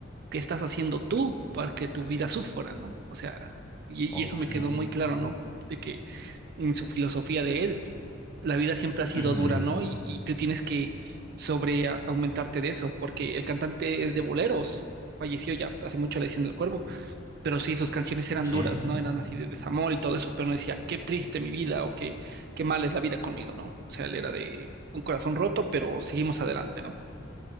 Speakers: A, on the right (about 55°); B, on the left (about 15°).
A: qué estás haciendo tú para que tu vida sufra, ¿no? O sea, y, y
B: Ok.
A: eso me quedó muy claro, ¿no? De que en su filosofía de él, la vida siempre ha sido
B: Ujú.
A: dura, ¿no? Y, y tú tienes que sobre a- aumentarte de eso, porque el cantante es de boleros, falleció ya hace mucho, le decían el cuervo pero sí, sus canciones
B: Ok.
A: eran duras, ¿no? Eran así de desamor y todo eso, pero no decía, qué triste mi vida o qué, qué mal es la vida conmigo, ¿no? O sea, él era de un corazón roto, pero seguimos adelante, ¿no?